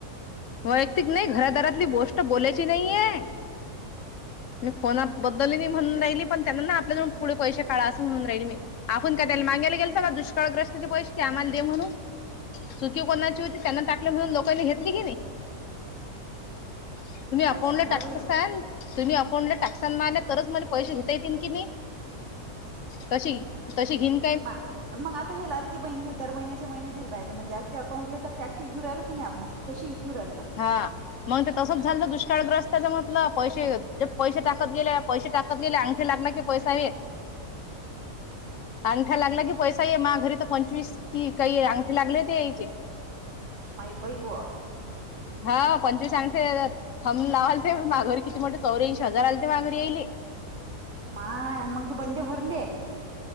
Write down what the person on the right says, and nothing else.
काय
सांगा
बाई
मा मग आता हे लाडकी बहिणी हे दर महिन्याच्या महिन्यात येऊन राहिले म्हणजे अगदी अकाउंटले तर त्यात घेऊ राहिल कि नाही आपण तशी घेऊ राहिलो काय?
माय बाई व
माय मग ते बंदे भरले <unintelligible>